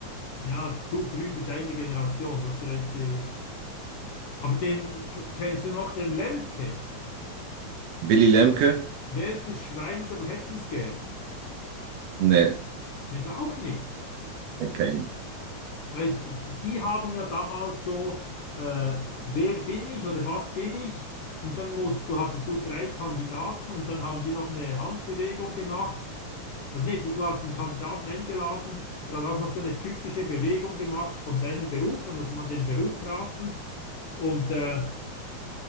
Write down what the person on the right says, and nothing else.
Willy Lemke?
Nee.
Nee, kenn ich nicht.